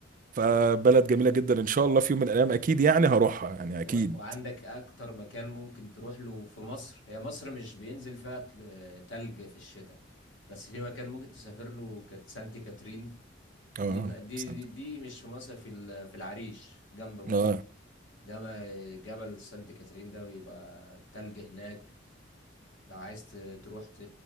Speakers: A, on the right (about 45°); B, on the left (about 85°).
A: فبلد جميله جدا ان شاء الله في يوم من الايام اكيد يعني هروحها يعني
B: و...
A: اكيد
B: وعندك اكتر مكان ممكن تروح له في مصر هي مصر مش بينزل فيها تل- تلج في الشتاء بس في مكان ممكن تسافر له كانت سانتي كاترين
A: اه
B: دي م- دي
A: سنتك
B: دي دي مش في مصر في ال... في العريش جنب مصر
A: اه
B: ده ما جبل سانتي كاترين ده بيبقى تلج هناك لو عايز ت- تروح ت...